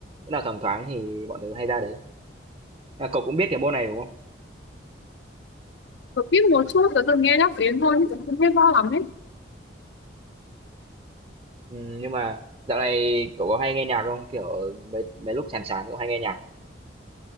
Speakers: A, on the right; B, on the left.
A: chỗ nào thoáng thoáng thì bọn tớ hay ra đấy. À, cậu cũng biết cái môn này đúng không?
B: Tớ biết một chút, tớ từng nghe nhắc đến thôi, chứ tớ không biết rõ lắm ấy.
A: Ừm, nhưng mà dạo này cậu có hay nghe nhạc không? Kiểu mấy mấy lúc chán chán cậu hay nghe nhạc không?